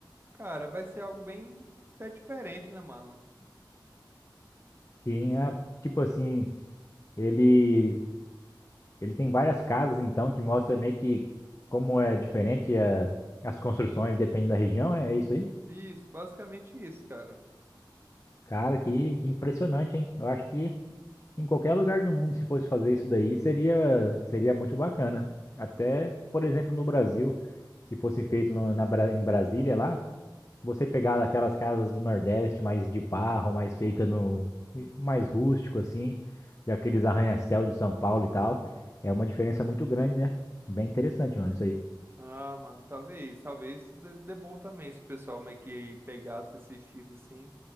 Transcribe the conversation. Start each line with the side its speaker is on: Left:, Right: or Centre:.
Right: Cara, vai ser algo bem até diferente, né, mano?
Left: Tinha, tipo assim, ele ele tem várias casas, então, que mostra meio que como é diferente é, as construções dependendo da região, é isso aí.
Right: Isso, basicamente isso, cara.
Left: Cara, que, que impressionante, hein? Eu acho que Em qualquer lugar do mundo, se fosse fazer isso daí, seria, seria muito bacana. Até, por exemplo, no Brasil, se fosse feito no- na, Bra- em Brasília lá, você pegar aquelas casas do Nordeste mais de barro, mais feita no, mais rústico assim, e aqueles arranha-céu de São Paulo e tal, é uma diferença muito grande, né? Bem interessante, mano, isso aí.
Right: Ah, mano, talvez, talvez dê dê bom também se o pessoal meio que pegasse esse estilo assim.